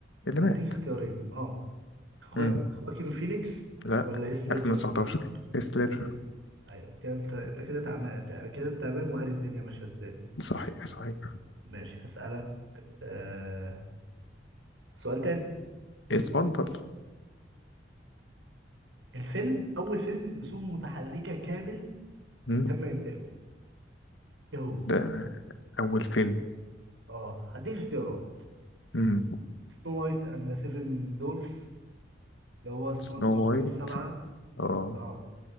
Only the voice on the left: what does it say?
اللي
مات
مم.
لا
2019 تسلر
صحيح صحيح
اتفضل
مم.
ده اول فيلم
مم.
سنو
وايت
اه